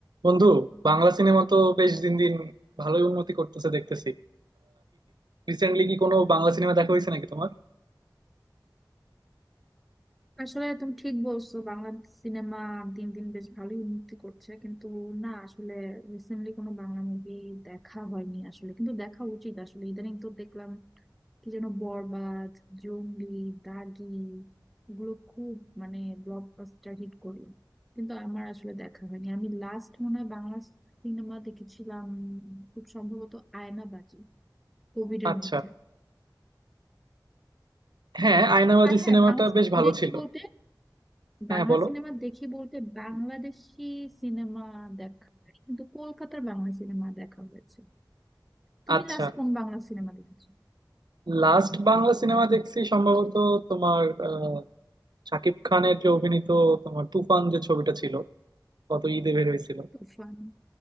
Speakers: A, on the right; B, in the centre.
A: বন্ধু বাংলা সিনেমা তো বেশ দিন দিন ভালোই উন্নতি করতেছে দেখতেছি রিসেন্টলি কি কোনো বাংলা সিনেমা দেখা হয়েছে নাকি তোমার
B: আসলে তুমি ঠিক বলছো বাংলা সিনেমা দিন দিন বেশ ভালোই উন্নতি করছে কিন্তু না আসলে রিসেন্টলি কোনো বাংলা মুভি দেখা হয়নি আসলে কিন্তু দেখা উচিত আসলে ইদানিং তো দেখলাম কি যেন বরবাদ জঙ্গলি দাগি এগুলো খুব মানে ব্লকবাস্টার হিট করলো কিন্তু আমার আসলে দেখা হয়নি আমি লাস্ট মনে হয় বাংলা সিনেমা দেখেছিলাম খুব সম্ভবত আয়নাবাজি কোভিড এর
A: আচ্ছা
B: মধ্যে
A: হ্যাঁ আয়নাবাজি
B: আর হ্যাঁ
A: সিনেমাটা
B: বাংলা সিনেমা
A: বেশ ভালো
B: দেখি
A: ছিল
B: বলতে
A: হ্যাঁ
B: বাংলা
A: বলো
B: সিনেমা দেখি বলতে বাংলাদেশি সিনেমা দেখা হয় কিন্তু কলকাতার বাংলা সিনেমা দেখা হয়েছে তুমি
A: আচ্ছা
B: লাস্ট কোন বাংলা সিনেমা দেখেছো
A: লাস্ট বাংলা সিনেমা দেখছি সম্ভবত তোমার আহ, শাকিব খানের যে অভিনীত তোমার তুফান যে ছবিটা ছিল গত ঈদে বের হয়েছিল
B: তুফান